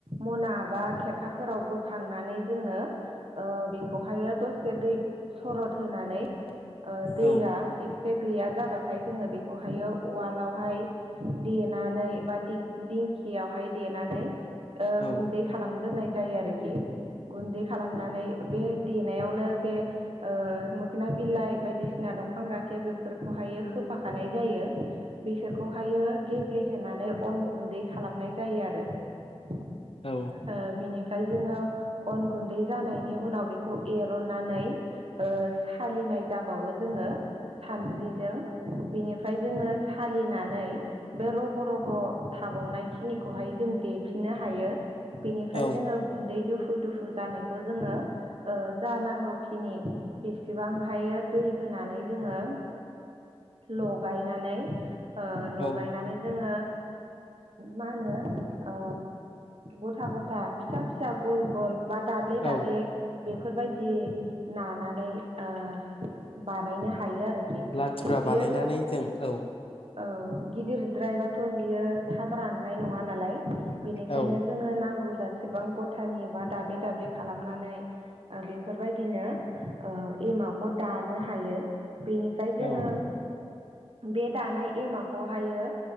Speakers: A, on the right (about 60°); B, on the left (about 60°).
A: मना बा खेरखाफोराव बोखांनानै जोङो ओ बेखौ हायो दसे दै सरद होनानै ओ
B: औ
A: दैया एसे गैया जाबाथाय जोङो बेखौहायो उवालावहाय देनानै बा दिग-दिंखियावहाय देनानै ओ
B: औ
A: गुन्दै खालामग्रोनाय जायो आरोखि गुन्दै खालामनानै बे देनायावनो बे ओ मोखोना बिलाइ बायदिसिना दंफां राखे बेफोरखौहायो होफाखानाय जायो। बिसोरखौहायो गेब्लेहोनानै अन गुन्दै खालामनाय जायो आरो। ओ
B: औ
A: बिनिफ्रा हाय जोङो अन गुैन्दै जानायनि उनाव बेखौ एर'न्नानै ओ सालि नाय जाबावो जोङो। सान्द्रिजों बिनिफ्राय जोङो सालिनानै बे रग' रग' थाबावनाय खिनिखौहाय जों देफिननो हायो बेनिफ्राय
B: औ
A: जोङो गुन्दै दुफु दुफु फु जानायखौ जोङो ओ जा नांगौखिनि बेसेबां हा हायो दै होनानै जोङो लगायनानै ओ लगायनानै
B: औ
A: जोङो मा होनो ओ गथा गथा फिसा फिसा गल गल बा दाब्ले दाब्ले
B: औ
A: बेफोरबायदि नानानै ओ बानायनो हायो आरोखि
B: लाथुरा
A: बेयो
B: बानायनानै जों औ
A: औ गिदिरद्रायबाथ' बियो थाब राननाय नङा नालाय बेनिखायनो
B: औ
A: जोङो नांगौ जासेबां गथानि बा दाबे दाब्ले खालामनानै ओ बेफोरबायदिनो ओ एमावख दानो हायो बेनिफ्राय जोङो
B: औ
A: बे दानाय एमाखौहायो